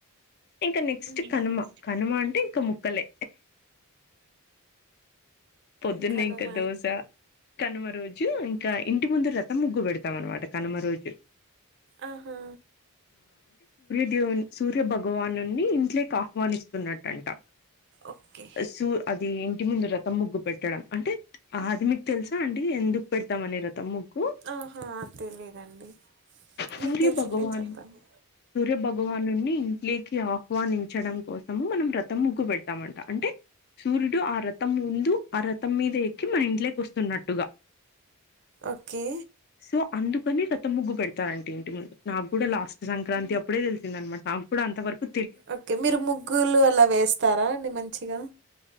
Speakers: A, on the left (about 45°); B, on the right (about 50°).
A: ఇంకా నెక్స్ట్
B: హ్మ్.
A: కనుమ కనుమ అంటే ఇంకా ముక్కలే పొద్దున్నే
B: కనుమ
A: ఇంకా దోశ కనుమ రోజు ఇంకా ఇంటి ముందు రతం ము ముగ్గు పెడతాం అనమాట కనుమ రోజు
B: ఆహా
A: దేవుణ్ సూర్యభగవానున్నీ ఇంట్లోకాహ్వానిస్తున్నట్టంట
B: ఓకే
A: సూ అది ఇంటి ముందు రతం ముగ్గు పెట్టడం అంటే ఆ అది మీకు తెలుసా అండి ఎందుకు పెడతామని రథం ముగ్గు
B: ఆహా తెలీదండి
A: సూర్య
B: మీకు తెలిసింటే
A: భగవాన్
B: చెప్పండి
A: సూర్య భగవాన్ నున్నీ ఇంట్లోకి ఆహ్వానించడం కోసము మనం రథం ముగ్గు పెడతామంట అంటే సూర్యుడు ఆ రథం ముందు ఆ రథం మీద ఎక్కి మన ఇంట్లోకొస్తున్నట్టుగా
B: ఓకే
A: సో అందుకని రథం ముగ్గు పెడ్ తారంట ఇంటి ముందు నాక్కూడా లాస్ట్ సంక్రాంతి అప్పుడే తెలిసిందన్మాట అప్పుడంతవరకు
B: ఓకే మీరు ముగ్గులు అలా వేస్తారా అండి మంచిగా